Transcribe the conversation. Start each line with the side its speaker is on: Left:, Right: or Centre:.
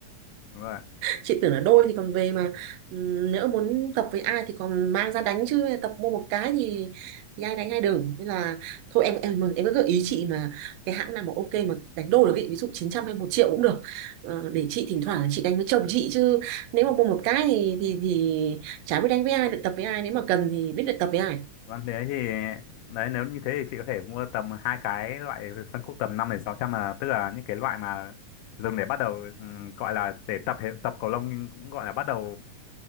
Left: <laughs> đúng rồi
Right: chị tưởng là đôi thì còn về mà ừm, nhỡ muốn tập với ai thì còn mang ra đánh chứ tập mua một cái thì, thì ai đánh ai đừng nên là thôi em em em cứ gợi ý chị mà cái hãng nào mà ok mà đánh đôi được ý, ví dụ 900 hay một triệu cũng được Ờ, để chị thỉnh thoảng chị đánh với chồng chị chứ nếu mà mua một cái thì thì thì chả biết đánh với ai được tập với ai nếu mà cần thì biết được tập với ai
Left: vâng thế thì đấy nếu như thế thì chị có thể mua tầm hai cái loại phân khúc tầm năm đến sáu trăm là tức là những cái loại mà dùng để bắt đầu ừm, gọi là để tập tập cầu lông nhưng cũng gọi là bắt đầu